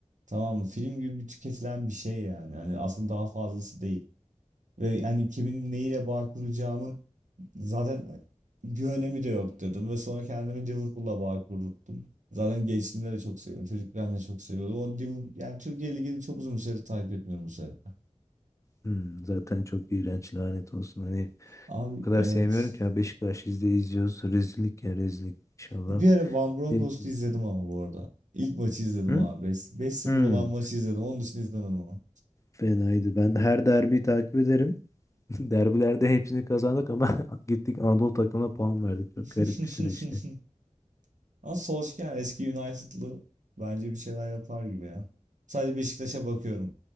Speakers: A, on the right; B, on the left.
A: Tamam mı? Film gibi bir tüketilen bir şey yani. yani aslında daha fazlası değil. Ve yani kimin neyle bağ kuracağımın Zaten bir önemi de yok dedim ve sonra kendimi Liverpool'la bağ kurdum. Zaten gençliğimde de çok seviyorum Çocukken de çok seviyordum. O Liverpool, yani Türkiye Ligi'ni çok uzun bir süredir takip etmiyorum bu sebeple.
B: Hmm, zaten çok iğrenç lanet olsun. Hani
A: Abi
B: O kadar
A: evet.
B: sevmiyorum ki ya. Beşiktaş izle izliyoruz. Rezillik ya rezillik inşallah.
A: Bir ara Van Bronckhorst'u
B: Değil ki.
A: izledim ama bu arada. İlk maçı izledim
B: Hı?
A: abi. 5-0
B: Hı.
A: olan maçı izledim. Onun dışında izlemedim ama.
B: Fenaydı. Ben her derbiyi takip ederim. <laughs> Derbilerde hepsini kazandık ama <laughs> gittik Anadolu takımına puan verdik. Çok garip
A: <laughs>
B: bir süreçti.
A: Ama Solskjaer eski United'lı bence bir şeyler yapar gibi ya. Sadece Beşiktaş'a bakıyorum.